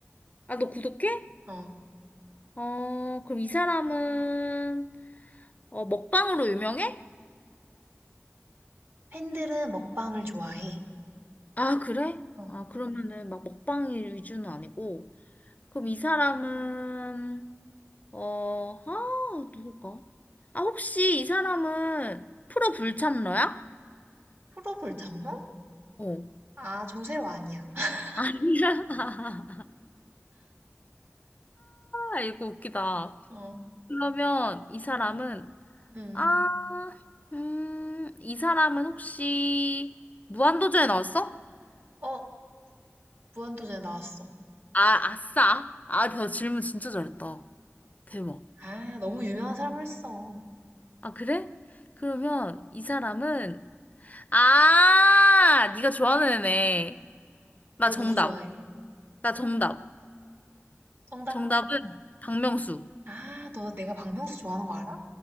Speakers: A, on the left; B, on the right.
A: 아, 너 구독해?
B: 어.
A: 어, 그럼 이 사람은, 어, 먹방으로 유명해?
B: 팬들은 먹방을 좋아해.
A: 아, 그래?
B: 어.
A: 아, 그러면은 막 먹방 위주는 아니고. 그럼 이 사람은, 어, 아, 누굴까? 아, 혹시 이 사람은 프로 불참러야?
B: 프로 불장로?
A: 어.
B: 아, 조세호 아니야. <laughs>
A: 아니야. <laughs> 아, 이거 웃기다.
B: 어.
A: 그러면 이 사람은,
B: 응.
A: 아, 음, 이 사람은 혹시 무한도전에 나왔어?
B: 어, 무한도전에 나왔어.
A: 아, 아싸. 아, 나 질문 진짜 잘했다. 대박.
B: 아, 너무 유명한 사람을 했어.
A: 아, 그래? 그러면 이 사람은, 아, 네가 좋아하는 애네. 나
B: 내가
A: 정답.
B: 누구 좋아해?
A: 나 정답.
B: 정답.
A: 정답은 박명수.
B: 아, 너 내가 박명수 좋아하는 거 알아?